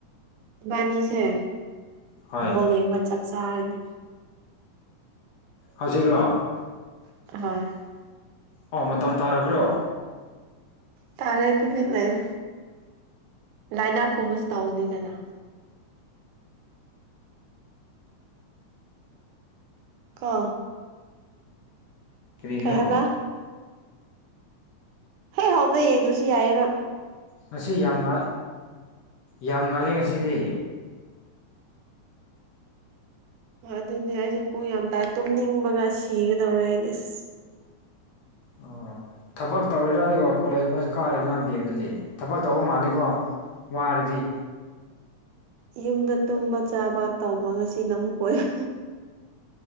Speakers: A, on the right; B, on the left.
A: ꯏꯕꯥꯅꯤꯁꯦ
B: ꯍꯣꯏ
A: ꯕꯣꯜ ꯌꯦꯡꯕ ꯆꯠ ꯆꯥꯔꯗꯤ
B: ꯍꯧꯖꯤꯛꯔꯣ
A: <unintelligible>
B: ꯑꯣ ꯃꯇꯝ ꯇꯥꯔꯕ꯭ꯔꯣ
A: ꯇꯥꯔꯦ ꯇꯨꯃꯤꯟ ꯂꯩꯎ ꯂꯥꯏꯅꯞ ꯀꯨꯝꯕꯁꯨ ꯇꯥꯎꯅꯤꯗꯅ ꯀꯣ
B: ꯀꯔꯤꯒꯤꯅꯣ
A: ꯀꯩ ꯍꯥꯏꯕ ꯍꯦ ꯍꯧꯕꯗ ꯌꯦꯡꯗꯔꯁꯨ ꯌꯥꯏꯑꯦꯕ
B: ꯉꯁꯤ ꯌꯥꯝ ꯉ ꯌꯥꯝ ꯉꯥꯂꯦ ꯉꯁꯤꯗꯤ
A: ꯑꯗꯨꯅꯦ ꯑꯩꯁꯨ ꯄꯨꯡ ꯌꯥꯝ ꯇꯥꯏ ꯇꯨꯝꯅꯤꯡꯕꯒ ꯁꯤꯒꯗꯧꯔꯦ ꯑꯩꯗꯤ ꯁ
B: ꯑꯣ ꯊꯕꯛ ꯇꯧꯔꯤꯔꯣ ꯑꯗꯨꯒ ꯀꯣꯂꯦꯖꯀꯨꯝꯕꯁꯨ ꯀꯥꯔꯤꯕꯔ ꯅꯪꯗꯤ ꯑꯗꯨꯗꯤ ꯊꯕꯛ ꯇꯧꯕ ꯃꯥꯜꯂꯦꯀꯣ ꯋꯥꯔꯗꯤ
A: ꯌꯨꯝꯗ ꯇꯨꯝꯕ ꯆꯥꯕ ꯇꯧꯕ ꯉꯁꯤꯅ ꯑꯃꯨꯛ ꯀꯣꯏꯕ